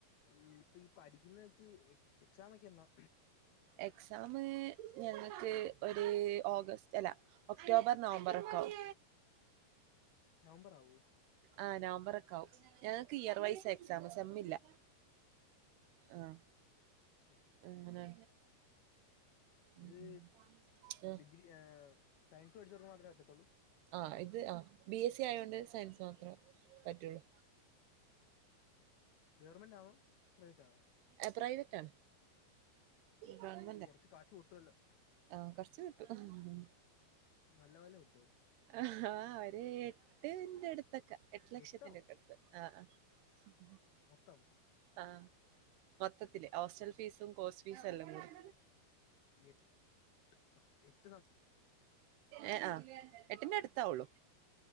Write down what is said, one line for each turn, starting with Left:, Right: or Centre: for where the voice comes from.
Left: ഈ ഇപ്പൊ ഈ പഠിക്കുന്ന വെച്ച് എക്സാമയൊക്കെ എന്നാ
Right: എക്സാംമ് ഞങ്ങൾക്ക് ഒരു ഓഗസ്റ്റ് അല്ല ഒക്ടോബർ നവംബർ ഒക്കെയാവും
Left: നവംബർ ആവോ
Right: ആ നവംബർ ഒക്കെ ആവും ഞങ്ങക്ക് ഈർ വയസ്സായി സെ സെമ് ഇല്ലേ ആഹ
Left: ഓക്കെ
Right: അങ്ങനെ ഉം
Left: ഇത്
Right: ഉം ആഹ്.
Left: ഡിഗ്രി സയൻസ് പഠിച്ചവർക്ക് മാത്രമേ പറ്റത്തുള്ളൂ
Right: ആ് ഇത് ആ ബി എസ് സി ആയോണ്ട് സയൻസ് മാത്രം പറ്റുള്ളൂ
Left: ഗവൺമെന്റ് ആണോ പ്രൈവറ്റ് ആണോ
Right: ആ പ്രൈവറ്റാ ബ <unintelligible>
Left: ഇപ്പൊ കൊറച്ച് കാശ് കിട്ടുവല്ലോ
Right: ആഹ് കുറച്ച് കിട്ടും
Left: നല്ല പോലെ കിട്ടുവോ
Right: ആഹ് ആ അവര് എട്ടിന്റെ അടുത്തൊക്കെ എട്ട് ലക്ഷത്തിന്റെ
Left: എട്ടോ
Right: ഒക്കെ അടുത്ത് ആഹ് ഉ <unintelligible>
Left: മൊത്തം
Right: ആ മൊത്തത്തില് ഹോസ്റ്റൽ ഫീസും കോഴ്സ് ഫീസും എല്ലാം കൂടി-
Left: യ ഒ <unintelligible>
Right: ഏ ആ എട്ടിന്റെ അടുത്താവുള്ളു